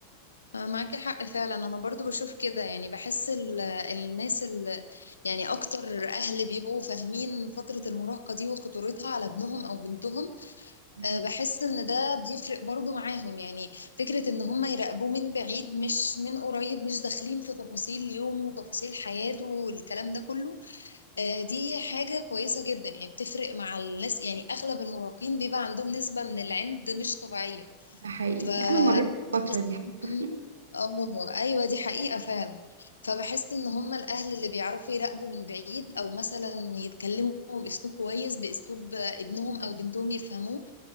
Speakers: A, on the left (about 75°); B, on the right (about 70°).
A: معاكي حق فعلا انا برضو بشوف كده يعني بحس ال- الناس ال يعني اكتر اهل بيبقوا فاهمين فترة المراهقة دي وخطورتها على ابنهم او بنتهم
B: مهم.
A: آه، بحس ان ده بيفرق برضو معاهم يعني فكرة ان هم يراقبوه من بعيد مش من قريب مش داخلين في تفاصيل يومه وتفاصيل حياته والكلام ده كله آه، دي حاجة كويسة جدا يعني بتفرق مع الناس يعني اغلب المراهقين بيبقى عندهم نسبة من العند مش طبيعية
B: ده حقيقي
A: فبحس
B: انا مريت بالفتره دي حتى
A: ان هم اه ايوه دي حقيقة فعلا فبحس ان هم الاهل اللي بيعرفوا يراقبوا من بعيد او مثلا يتكلموا باسلوب كويس باسلوب ابنهم او بنتهم يفهموه